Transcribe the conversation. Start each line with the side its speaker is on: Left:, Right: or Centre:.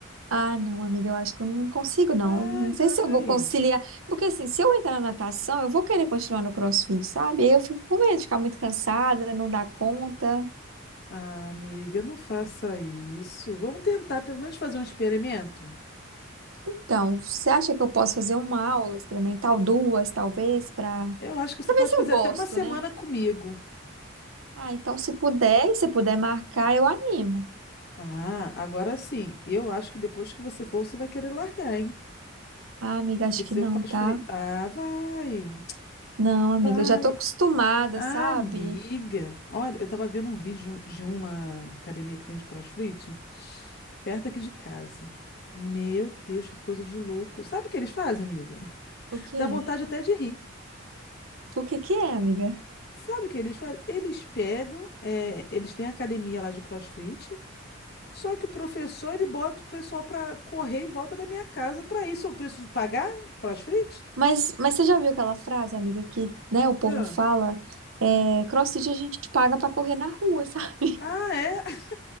Right: ah, não, amiga, eu acho que eu não consigo, não.
Left: Vai,
Right: Não sei
Left: vai.
Right: se eu vou conciliar. Porque, assim, se eu entrar na natação, eu vou querer continuar no CrossFit, sabe? Aí eu fico com medo de ficar muito cansada, não dar conta.
Left: Ah, amiga, não faça isso. Vamos tentar pelo menos fazer um experimento.
Right: Então, você acha que eu posso fazer uma aula experimental, duas, talvez, pra,
Left: Eu acho que você
Right: pra
Left: pode
Right: ver se
Left: fazer
Right: eu gosto,
Left: até uma semana
Right: né?
Left: comigo.
Right: Ah, então, se puder, e se puder marcar, eu animo.
Left: Ah, agora sim. Eu acho que depois que você for, você vai querer largar, hein?
Right: Ah, amiga, acho
Left: Esse
Right: que
Left: seu
Right: não,
Left: cosfre.
Right: tá?
Left: Ah, vai.
Right: Não, amiga,
Left: Vai.
Right: eu já tô acostumada,
Left: Amiga.
Right: sabe?
Left: Olha, eu tava vendo um vídeo de uma academia que tem de CrossFit perto aqui de casa. Meu Deus, que coisa de louco. Sabe o que eles fazem, amiga? <laughs>
Right: O quê?
Left: Dá vontade até de rir.
Right: O que que é, amiga?
Left: Sabe o que eles fazem? Eles pegam, é, eles têm academia lá de CrossFit, só que o professor ele bota o pessoal pra correr em volta da minha casa. Pra isso eu preciso pagar CrossFit?
Right: Mas, mas você já viu aquela frase, amiga, que, né, o povo
Left: Ah,
Right: fala, é, CrossFit a gente paga pra correr na rua, <laughs> sabe,
Left: Ah, é? <laughs>